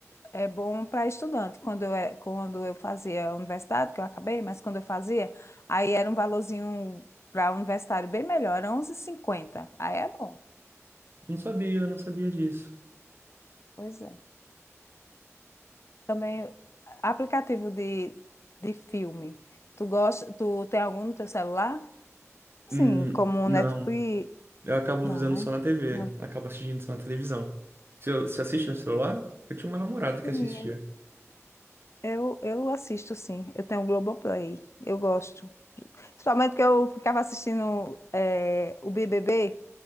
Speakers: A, on the left (about 60°); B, on the right (about 50°).
A: é bom para estudante. Quando eu, é- quando eu fazia a universidade, que eu acabei, mas quando eu fazia, aí era um valorzinho para universitário bem melhor, era onze e cinquenta. Aí é bom.
B: não sabia, não sabia disso.
A: Pois é. Também aplicativo de, de filme. Tu gosta, tu tem algum no teu celular? Sim,
B: Hum,
A: como
B: não.
A: Netflix.
B: Eu acabo
A: Não,
B: visando
A: né?
B: só na TV.
A: Não.
B: Acabo assistindo só na televisão. Você, você assiste no celular? Eu tinha uma namorada que
A: Sim,
B: assistia.
A: Eu, eu assisto, sim. Eu tenho o Globoplay. Eu gosto. Principalmente que eu ficava assistindo eh, o BBB,